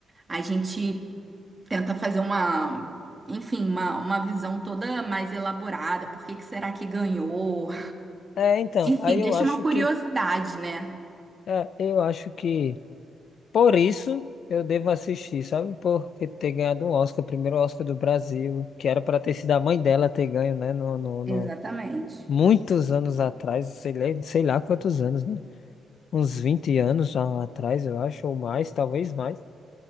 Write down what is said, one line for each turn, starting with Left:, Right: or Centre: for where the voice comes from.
Right: a gente tenta fazer uma, enfim, uma, uma visão toda mais elaborada. Por que que será que ganhou?
Left: É, então,
Right: Enfim,
Left: aí
Right: deixa
Left: eu acho
Right: uma curiosidade,
Left: que,
Right: né?
Left: é, eu acho que Por isso eu devo assistir, sabe? Por ter ganhado um Oscar, o primeiro Oscar do Brasil, que era para ter sido a mãe dela ter ganho, né? No, no, no-
Right: Exatamente.
Left: Muitos anos atrás, sei lá, sei lá quantos anos, né? Uns 20 anos já atrás, eu acho, ou mais, talvez mais.